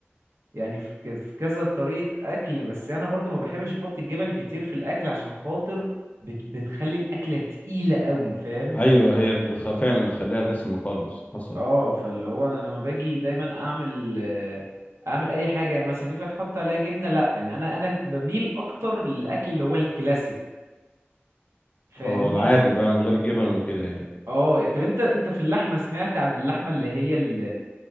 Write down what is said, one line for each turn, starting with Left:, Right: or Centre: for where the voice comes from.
Right: يعني في كذ- في كذا طريقة اكل بس انا برضو ما بحبش احط الجبن كتير في الاكل عشان خاطر بت بتخلي الاكلة تقيلة قوي فاهم
Left: ايوه هي بخ- فعلا بتخليها دسمه خالص حصل
Right: اه فاللي هو انا لما باجي دايما اعمل آه، اعمل اي حاجه يعني مثلا ينفع تحط عليها جبنه لا يعني انا انا بميل اكتر للاكل اللي هو الكلاسيك فاهمني
Left: اه العادي بقى من غير جبن وكده يعني
Right: اه طب انت انت في اللحمه سمعت عن اللحمه اللي هي ال-